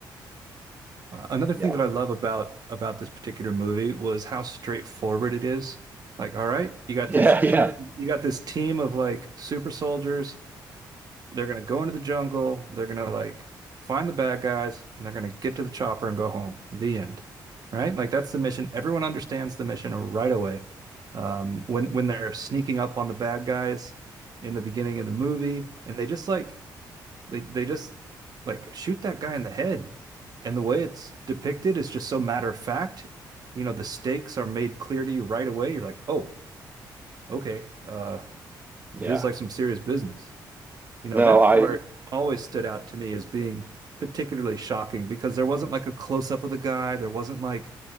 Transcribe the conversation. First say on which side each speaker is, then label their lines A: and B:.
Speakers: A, on the right (about 50°); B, on the right (about 20°).
A: Uh, another
B: Yeah.
A: thing that I love about about this particular movie was how straightforward it is. Like, all right, you got
B: Yeah,
A: this
B: yeah,
A: team, you got this team of like super soldiers. They're gonna go into the jungle. They're gonna like find the bad guys, and they're gonna get to the chopper and go home. The end. Right? Like that's the mission. Everyone understands the mission right away. Um, when when they're sneaking up on the bad guys in the beginning of the movie, and they just like they they just like shoot that guy in the head. And the way it's depicted is just so matter of fact. You know, the stakes are made clear to you right away. You're like, oh, okay, uh,
B: <laughs>
A: this
B: yeah.
A: is like some serious business you know,
B: No,
A: that
B: I
A: part always stood out to me as being particularly shocking because there wasn't like a close up of the guy. There wasn't like,